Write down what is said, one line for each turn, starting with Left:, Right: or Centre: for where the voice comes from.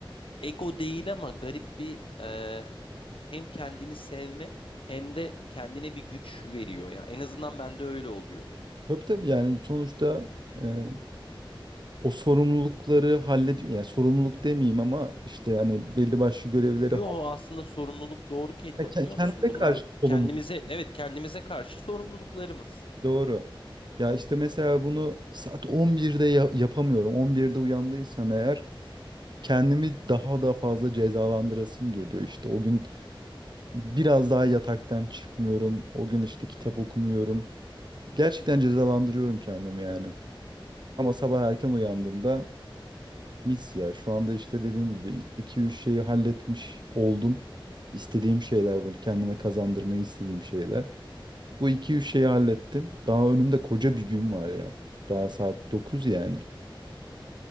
Left: ego değil ama garip bir e, hem kendini sevme hem de kendine bir güç veriyor. Ya en azından bende öyle oluyor.
Right: Tabii tabii yani sonuçta e, o sorumlulukları hallediyor. Yani sorumluluk demeyeyim ama işte hani belli başlı görevleri
Left: Yo aslında sorumluluk doğru kelime
Right: Ya ke-
Left: biliyor
Right: kendine
Left: musun? Bunlar
Right: karşı sorumluluk.
Left: kendimize evet kendimize karşı sorumluluklarımız.
Right: Doğru. Ya işte mesela bunu saat 11'de ya- yapamıyorum. 11'de uyandıysam eğer kendimi daha da fazla cezalandırasım geliyor. İşte o gün biraz daha yataktan çıkmıyorum. O gün işte kitap okumuyorum. Gerçekten cezalandırıyorum kendimi yani. Ama sabah erken uyandığımda Mis ya. Şu anda işte dediğim gibi iki üç şeyi halletmiş oldum. İstediğim şeyler bunu kendime kazandırmayı istediğim şeyler. Bu iki üç şeyi hallettim. Daha önümde koca bir gün var ya. Daha saat 9 yani.